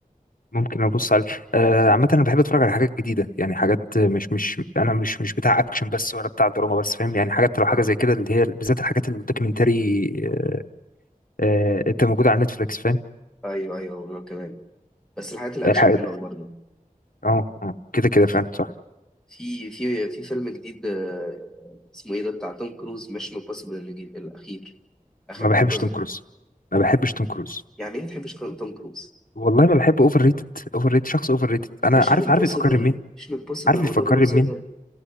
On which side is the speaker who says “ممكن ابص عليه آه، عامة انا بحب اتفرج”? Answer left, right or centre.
Left